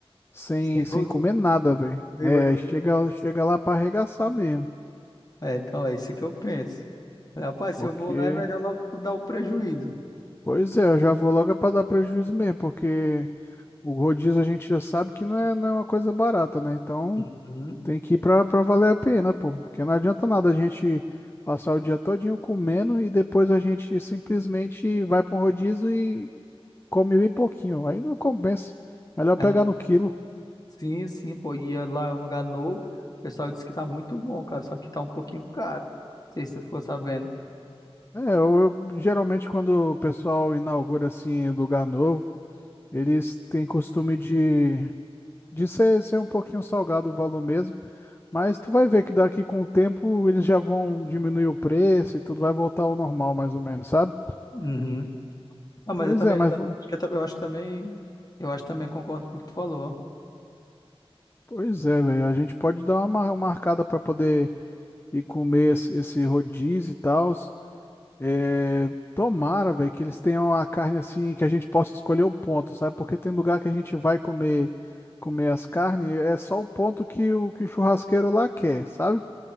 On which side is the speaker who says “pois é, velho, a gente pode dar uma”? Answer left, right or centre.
Left